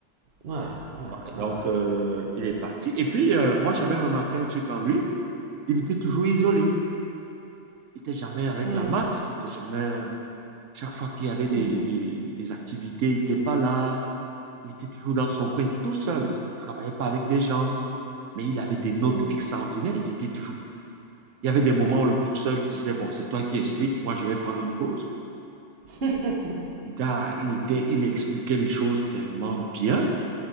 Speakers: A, on the right (about 55°); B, on the right (about 80°).
A: Ouais, ouais,
B: Ouais,
A: ouais,
B: donc,
A: ouais,
B: euh,
A: c'est sûr.
B: il est parti. Et puis, euh, moi, j'avais remarqué un truc en lui. Il était toujours isolé. Il n'était jamais avec
A: Hmm,
B: la masse. Il était jamais. Chaque fois qu'il y avait
A: hmm,
B: des, des- des activités, il n'était pas là. Il était toujours dans son coin tout seul. Il travaillait pas avec des gens. Mais il avait des notes
A: hmm.
B: extraordinaires. Il était toujours. Il y avait des moments où le professeur lui disait, Bon, c'est toi qui expliques. Moi, je vais prendre une pause.
A: <laughs>
B: Et le gars, il était, il expliquait les choses tellement bien.